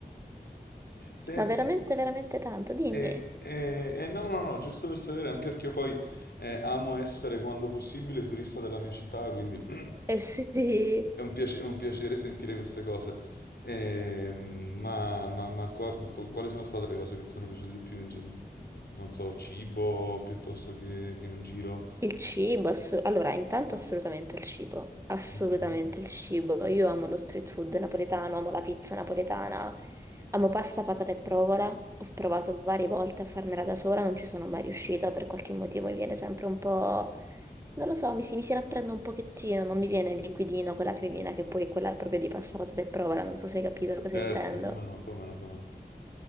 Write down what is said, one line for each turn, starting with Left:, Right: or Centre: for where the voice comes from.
Left: Senti,
Right: Ma veramente, veramente tanto, dimmi.
Left: e, e- e no, no, no, giusto per sapere, anche perché io poi eh, amo essere quando possibile turista della mia città, quindi
Right: Eh sì,
Left: È un piace- è un piacere sentire queste cose. Ehm, ma ma- ma qua- qu- quali sono state le cose che ti sono piaciute di più? in gen- non so, cibo piuttosto che, che un giro?
Right: il cibo, assu- allora intanto assolutamente il cibo, assolutamente
Left: Ok.
Right: il cibo, io amo lo street food napoletano, amo la pizza napoletana, amo pasta, patate e provola, ho provato varie volte a farmela da sola, non ci sono mai riuscita, per qualche motivo mi viene sempre un po', non lo so, mi si, mi si rapprende un pochettino, non mi viene il liquidino con la cremina che poi è quella proprio di pasta, patate e provola, non so se hai capito cosa
Left: Certo,
Right: intendo.
Left: come no, come no, come no.